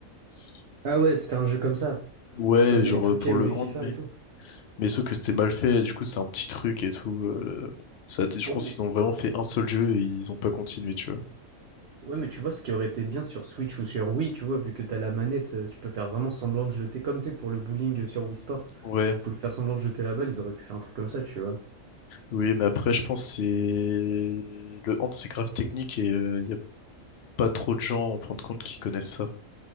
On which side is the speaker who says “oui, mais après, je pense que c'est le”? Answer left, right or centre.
Left